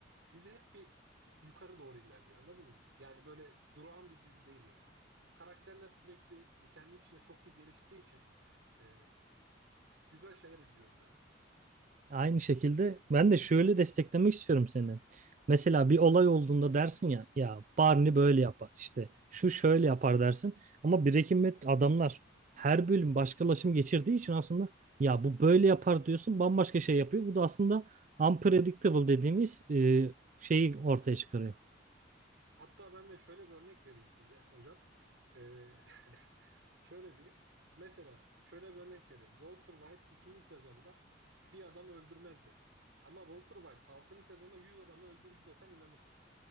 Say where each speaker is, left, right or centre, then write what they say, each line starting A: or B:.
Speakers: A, on the right; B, on the right.
A: dizi hep bir yukarı doğru ilerliyor anladın mı? Yani böyle durağan bir dizi değil yani. Karakterler sürekli e, kendi içinde çok iyi geliştiği için e, güzel şeyler izliyoruz bence.
B: Aynı şekilde ben de şöyle desteklemek istiyorum seni. Mesela bir olay olduğunda dersin ya, ya Barney böyle yapar işte, şu şöyle yapar dersin. Ama Breaking Bad adamlar her bölüm başkalaşım geçirdiği için aslında ya bu böyle yapar diyorsun, bambaşka şey yapıyor. Bu da aslında unpredictable dediğimiz e, şeyi ortaya çıkarıyor.
A: Hatta ben de şöyle bir örnek vereyim size hocam. Ee, <laughs> şöyle diyeyim. Mesela şöyle bir örnek vereyim. Walter White ikinci sezonda bir adamı öldürmez deriz. Ama Walter White altıncı sezonda 100 adamı öldürdü desen inanırsın.